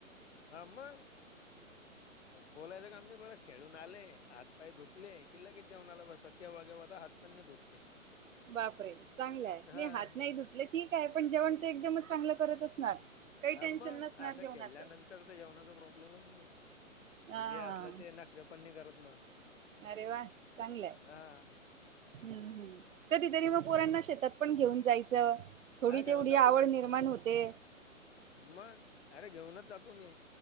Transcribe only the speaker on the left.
हा मग. बोलायचं काम नाही खेळून आले हातपाय की लगेच जेवणाला बसतात किंवा केव्हा केव्हातर हात पण नाही धुवत ते.
हां.
अ मग
असं
खेळल्यानंतर तर ते जेवणाचा प्रॉब्लेमच नाही आहे
जे असलं ते नखरे पण नाही करत मग.
हा
हां घेऊन
जातो
ना.
मग अरे घेऊनच जातो मी